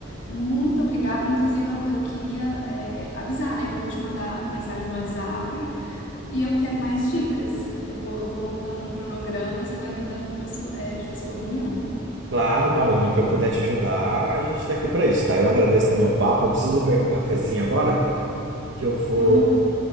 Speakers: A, on the left; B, on the right.
A: Muito obrigada. Inclusive, eu, eu queria, é, avisar, né, que eu vou te mandar mensagem no WhatsApp e eu quero mais dicas. Eu vou, eu vou montando um cronograma e você vai me dando su- é, tipo, sua opinião.
B: claro, claro, no que eu puder te ajudar, a gente tá aqui para isso, tá? Eu agradeço também o papo. Eu preciso pegar um cafezinho agora, que eu vou.
A: Ah,